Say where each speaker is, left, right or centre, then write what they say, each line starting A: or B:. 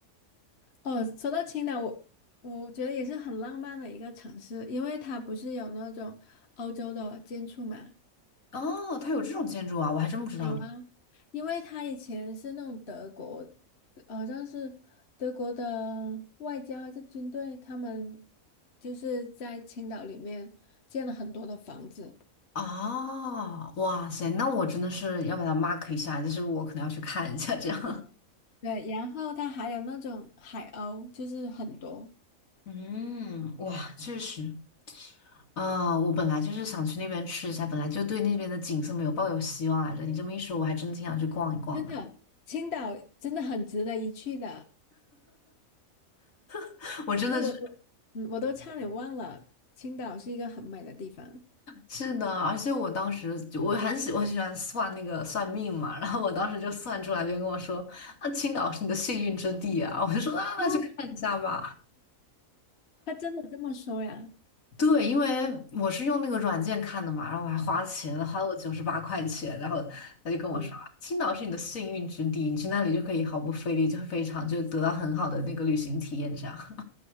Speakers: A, on the left (about 50°); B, on the left (about 70°).
A: 哦，说到青岛，我我觉得也是很浪漫的一个城市，因为它不是有那种欧洲的建筑嘛，
B: 哦，它有这种建筑啊，我还真不知道呢。
A: 有啊，因为他以前是那种德国，呃好像是德国的外交还是军队，他们就是在青岛里面建了很多的房子。
B: 哦，哇塞，那我真的是要把它 mark 一下，就是我可能要去看一下这样。
A: 对，然后他还有那种海鸥，就是很多，
B: <laughs> 嗯，哇，确实啊，我本来就是想去那边吃一下，本来就对那边的景色没有抱有希望来着。你这么一说，我还真的挺想去逛一逛的。
A: 真的，青岛真的很值得一去的。
B: <laughs> 我真的是
A: 因为我都，嗯，我都差点忘了，青岛是一个很美的地方。
B: 是的，而且我当时就我很喜我喜欢算那个算命嘛，然后我当时就算出来，别人跟我说啊，青岛是你的幸运之地啊，我就说啊，
A: 哦，
B: 那去看一下吧。
A: 他真的这么说呀？
B: 对，因为我是用那个软件看的嘛，然后我还花钱了，花了我九十八块钱，然后他就跟我说，
A: 嗯。
B: 啊青岛是你的幸运之地，你去那里就可以毫不费力，就非常就得到很好的那个旅行体验这样。